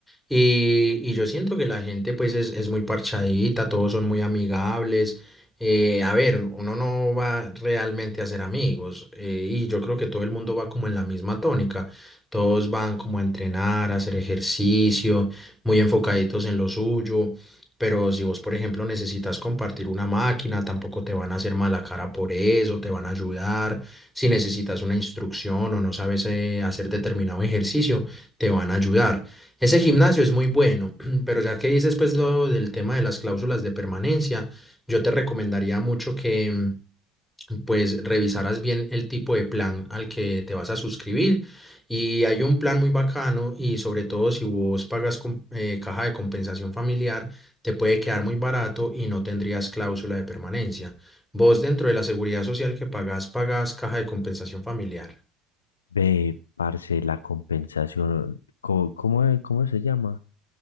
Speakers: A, in the centre; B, on the left.
A: y, y yo siento que la gente pues es, es muy parchadita, todos son muy amigables. eh, a ver, uno no va realmente a ser amigos eh, y yo creo que todo el mundo va como en la misma tónica. Todos van como a entrenar, a hacer ejercicio, muy enfocaditos en lo suyo. Pero si vos, por ejemplo, necesitas compartir una máquina, tampoco te van a hacer mala cara por eso, te van a ayudar. Si necesitas una instrucción o no sabes eh, hacer determinado ejercicio, te van a ayudar. Ese gimnasio es muy bueno, <clears throat> pero ya que dices pues lo del tema de las cláusulas de permanencia, yo te recomendaría mucho que mm, pues revisarás bien el tipo de plan al que te vas a suscribir. Y hay un plan muy bacano y sobre todo si vos pagas con, eh, caja de compensación familiar, te puede quedar muy barato y no tendrías cláusula de permanencia. Vos dentro de la seguridad social que pagás, pagás caja de compensación familiar.
B: Ve, parce, la compensación, co- ¿cómo, es- cómo se llama?